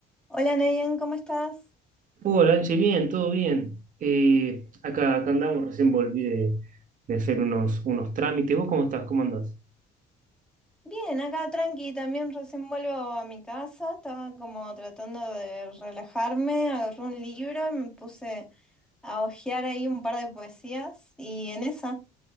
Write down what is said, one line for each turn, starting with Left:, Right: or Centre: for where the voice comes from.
Centre: Hola Nayan, ¿cómo estás?
Right: Hola, Anche, bien, todo bien. Eh, acá, acá andamos, recién volví de, de hacer unos, unos trámites. ¿Vos cómo estás? ¿Cómo andás?
Centre: Bien, acá tranqui, también recién vuelvo a mi casa, estaba como tratando de relajarme, agarré un libro y me puse a hojear ahí un par de poesías y en esa.